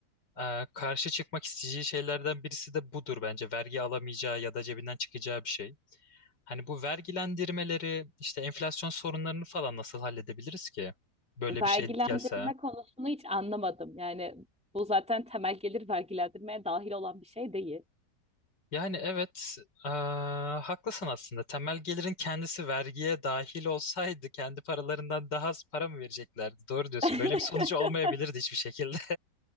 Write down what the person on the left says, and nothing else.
Ee, karşı çıkmak isteyeceği şeylerden birisi de budur bence. Vergi alamayacağı ya da cebinden çıkacağı bir şey. Hani bu vergilendirmeleri, işte enflasyon sorunlarını falan nasıl halledebiliriz ki? Böyle
bir şey gelse.
Yani evet, ee, haklısın aslında. Temel gelirin kendisi vergiye dahil olsaydı kendi paralarından daha az para mı vereceklerdi? Doğru diyorsun.
Böyle bir sonucu olmayabilirdi hiçbir şekilde.